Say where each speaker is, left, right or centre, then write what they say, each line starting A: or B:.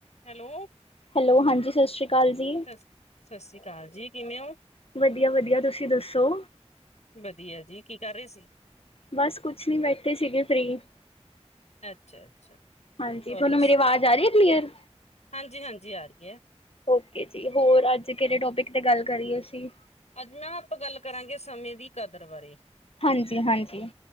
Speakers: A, on the left; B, on the left.
A: Hello.
B: Hello ਹਾਂਜੀ ਸਤਿ ਸ਼੍ਰੀ ਅਕਾਲ ਜੀ।
A: ਸਤਿ ਸ੍ਰੀ ਅਕਾਲ ਜੀ। ਕਿਵੇਂ ਹੋ?
B: ਵਧੀਆ ਵਧੀਆ, ਤੁਸੀਂ ਦੱਸੋ?
A: ਵਧੀਆ ਜੀ, ਕੀ ਕਰ ਰੇ ਸੀ?
B: ਬਸ ਕੁਛ ਨੀ ਬੈਠੇ ਸੀਗੇ ਫ੍ਰੀ।
A: ਅੱਛਾ ਅੱਛਾ।
B: ਹਾਂਜੀ।
A: ਹੋਰ
B: ਤੁਹਾਨੂੰ
A: ਦੱਸੋ
B: ਮੇਰੀ ਆਵਾਜ਼ ਆ ਰਹੀ ਐ ਕਲੀਅਰ?
A: ਹਾਂਜੀ ਹਾਂਜੀ ਆ ਰੀ ਐ।
B: ਓਕੇ ਜੀ ਹੋਰ ਅੱਜ ਕਿਹੜੇ ਟੋਪਿਕ ਤੇ ਗੱਲ ਕਰੀਏ ਅਸੀਂ।
A: ਅੱਜ ਨਾ ਆਪਾਂ ਗੱਲ ਕਰਾਂਗੇ ਸਮੇਂ ਦੀ ਕਦਰ ਬਾਰੇ।
B: ਹਾਂਜੀ ਹਾਂਜੀ।